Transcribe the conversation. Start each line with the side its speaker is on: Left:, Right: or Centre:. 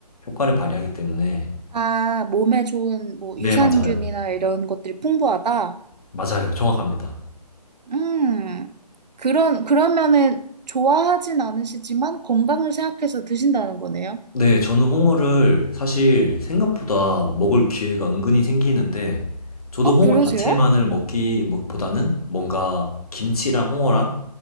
Left: 효과를 발휘하기 때문에
Right: 아, 몸에 좋은 뭐
Left: 네,
Right: 유산균이나
Left: 맞아요.
Right: 이런 것들이 풍부하다.
Left: 맞아요. 정확합니다.
Right: 음. 그런 그러면은 좋아하진 않으시지만 건강을 생각해서 드신다는 거네요.
Left: 네, 저는 홍어를 사실 생각보다 먹을 기회가 은근히 생기는데, 저도
Right: 어,
Left: 홍어
Right: 그러세요?
Left: 자체만을 먹기 뭐- 보다는 뭔가 김치랑 홍어랑